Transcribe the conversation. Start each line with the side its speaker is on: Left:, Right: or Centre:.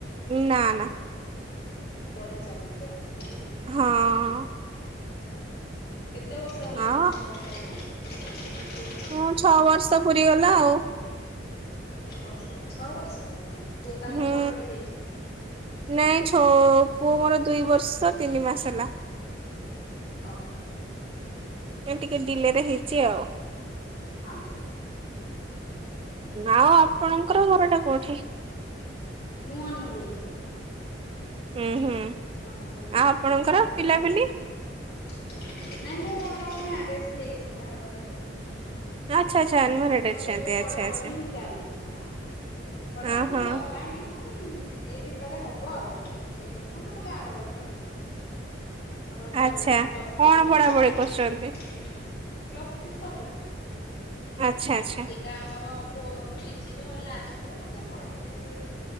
Right: ନା ନା।
Left: ପଢା ଚାଲିଚି ଆଉ
Right: ହଁ।
Left: କେତେ ବର୍ଷ ହେଲାଣି
Right: ଆଉ
Left: ତମ ବାହାଘର।
Right: ହଁ ଛଅ ବର୍ଷ ପୁରି ଗଲା ଆଉ।
Left: ଓହୋ ଛଅ ବର୍ଷ ହେଇଗଲାଣି ପୁଅ ତାହେଲେ
Right: ହୁଁ
Left: ବଡ ଟେ ହେଇଯିବ।
Right: ନାଇଁ ଛଅ ପୁଅ ମୋର ଦୁଇ ବର୍ଷ ତିନି ମାସ ହେଲା।
Left: ଅହ।
Right: ମୁ ଟିକେ ଡିଲେ ରେ ହେଇଚି ଆଉ।
Left: ହଁ।
Right: ଆଉ ଆପଣଙ୍କର ଘର ଟା କୋଉଠି।
Left: ମୁଁ ଅନୁଗୁଳୁରୁ।
Right: ହୁଁ ହୁଁ।
Left: ଅନୁଗୁଳୁ
Right: ଆଉ
Left: ଜାଣିଥିବ
Right: ଆପଣଙ୍କର ପିଲାପିଲି
Left: ସେଇ ନାଇଁ ମୁଁ ର ମ୍ୟାରେଜ ହେଇନି ବାହାଘର ହେଇନି।
Right: ଆଚ୍ଛା ଆଚ୍ଛା ଅନମ୍ୟାରେଡ
Left: ମୋର
Right: ଅଛନ୍ତି
Left: ଏବେ
Right: ଆଚ୍ଛା
Left: ପଢା
Right: ଆଚ୍ଛା।
Left: ପଢି ଚାଲିଚି ହଁ। ପଢାପଢି
Right: ଓହୋ
Left: ସରିଲାଣି ଏଇ ଭିତରେ ହବ ଆଉ ଏଇ ବର୍ଷ ନହେଲେ ଆର ବର୍ଷ ହେଇଯିବ। ମର ସରିଲାଣି
Right: ଆଚ୍ଛା
Left: ପ୍ଲସ୍ ଥ୍ରୀ
Right: କଣ
Left: ସରିଲାଣି।
Right: ପଢାପଢି କରୁଛନ୍ତି?
Left: ପ୍ଲସ୍ ଥ୍ରୀ ସର୍ଲାଣି।
Right: ଆଚ୍ଛା ଆଚ୍ଛା।
Left: ଏଇଟା ଆମର ପୋ ପିଜିର ଲାଷ୍ଟ ଇୟର ତ ସରିଲାଡୁ